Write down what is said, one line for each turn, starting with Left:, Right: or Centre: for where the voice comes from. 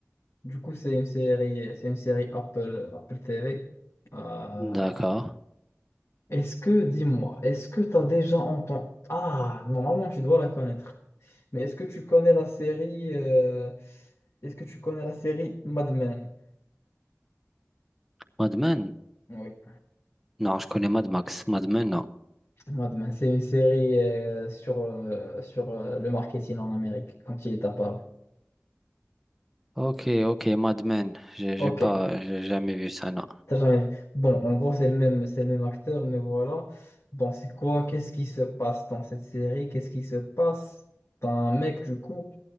Left: du coup, c'est une série, c'est une série Apple, Apple TV. Euh,
Centre: D'accord.
Left: est-ce que, dis-moi, est-ce que tu as déjà entendu... Ah, normalement, tu dois la connaître. Mais est-ce que tu connais la série... euh, Est-ce que tu connais la série Mad Men?
Centre: Mad Men?
Left: Oui.
Centre: Non, je connais Mad Max. Mad Men, non.
Left: Mad Men, c'est une série euh, sur, euh, sur euh, le marketing en Amérique quand il est apparu.
Centre: Ok, ok, Mad Men. J'ai
Left: Ok,
Centre: j'ai pas, j'ai jamais vu ça, non.
Left: T'as jamais vu. Bon, en gros, c'est le même, c'est le même acteur, mais voilà. Bon, c'est quoi? Qu'est-ce qui se passe dans cette série? Qu'est-ce qui se passe? T'as un mec, du coup,